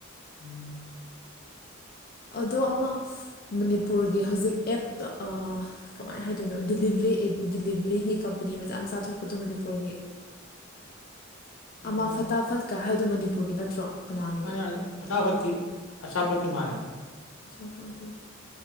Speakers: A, on the left; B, on the left.
A: ꯎꯝ
B: ꯑꯗꯣ ꯑꯃ ꯃꯅꯤꯄꯨꯔꯒꯤ ꯍꯧꯖꯤꯛ ꯑꯦꯞꯇ ꯀꯃꯥꯏꯅ ꯍꯥꯏꯗꯣꯏꯅꯣ ꯗꯤꯂꯤꯕꯔꯤ ꯗꯤꯂꯤꯕ꯭ꯔꯤꯒꯤ ꯀꯝꯄꯅꯤ ꯃꯆꯥꯃꯆꯥꯥꯊꯣꯛꯄꯗꯣ ꯃꯅꯤꯄꯨꯔꯒꯤ
A: <inaudible> ꯑꯥ
B: ꯑꯃ ꯐꯠꯇ ꯐꯠꯀ ꯍꯥꯏꯗꯣ ꯃꯅꯤꯄꯨꯔꯒꯤ ꯅꯠꯇ꯭ꯔꯣ ꯀꯅꯥꯒꯤꯅꯣ
A: ꯃꯥꯅ ꯐꯊꯥ ꯐꯇꯤ ꯑꯆꯥꯥꯄꯠꯀꯤ ꯃꯥꯂꯦ
B: ꯆꯄꯣ ꯀꯦꯀ